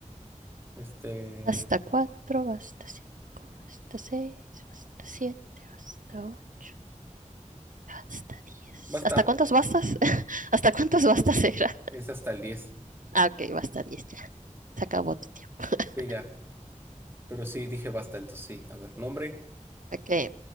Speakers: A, on the right (about 15°); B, on the right (about 80°).
A: Este.
B: Basta cuatro, basta cinco, basta seis, basta siete, basta ocho, hasta diez.
A: Basta.
B: ¿Hasta cuántos bastas? <laughs> ¿Hasta cuántos bastas era?
A: Es hasta el 10.
B: Ah, ok, basta diez ya. Se acabó tu tiempo. <laughs>
A: Sí, ya. Pero sí dije basta, entonces sí. A ver, nombre.
B: Ok.